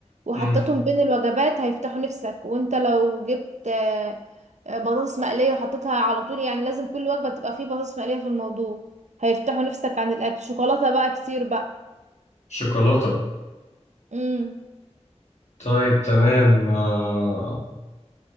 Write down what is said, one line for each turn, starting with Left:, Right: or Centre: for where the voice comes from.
Right: وحطيتهم
Left: مم.
Right: بين الوجبات هيفتحوا نفسك وانت لو جبت آه، آه، بطاطس مقلية وحطيتها على طول يعني لازم كل وجبة تبقى فيه بطاطس مقلية في الموضوع هيفتحوا نفسك عن الأكل شوكولاتة بقى كتير بقى
Left: شوكولاته
Right: امم
Left: طيب تمام آه...